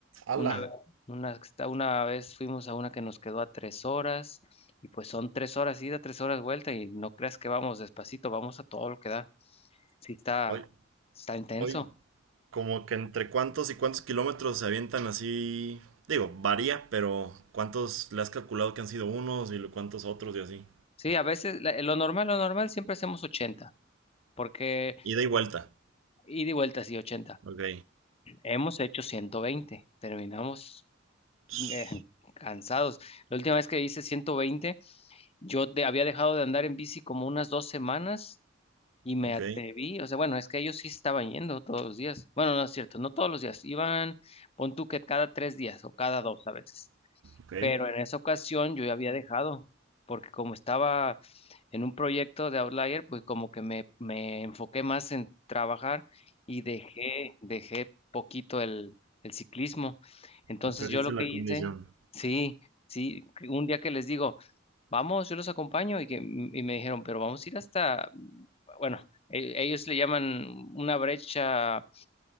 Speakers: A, on the right; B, on the left.
A: ¡Hala!
B: una, ve- unas que está, una vez fuimos a una que nos quedó a tres horas, y pues son tres horas ida, tres horas vuelta, y no creas que vamos despacito, vamos a todo lo que da. Sí, está,
A: Hoy,
B: está intenso.
A: hoy. como que entre cuántos y cuántos kilómetros se avientan así. Digo, varía, pero ¿cuántos le has calculado que han sido unos y lo- cuántos otros y así?
B: Sí, a veces la- lo normal, lo normal siempre hacemos ochenta porque
A: Ida y vuelta.
B: Y de vuelta, sí, 80.
A: Ok.
B: Hemos hecho 120. Terminamos
A: Sh,
B: eh, cansados. La última vez que hice 120, yo de- había dejado de andar en bici como unas dos semanas y me
A: Ok.
B: atreví. O sea, bueno, es que ellos sí estaban yendo todos los días. Bueno, no es cierto, no todos los días. Iban, pon tú que cada tres días o cada dos a veces.
A: Ok.
B: Pero en esa ocasión yo ya había dejado, porque como estaba en un proyecto de Outlier, pues como que me, me enfoqué más en trabajar y dejé, dejé poquito el, el ciclismo. Entonces
A: Y perdiste
B: yo lo que
A: la
B: hice,
A: condición.
B: sí, sí, que un día que les digo, vamos, yo los acompaño y, que, y me dijeron, pero vamos a ir hasta, bueno, e- ellos le llaman una brecha,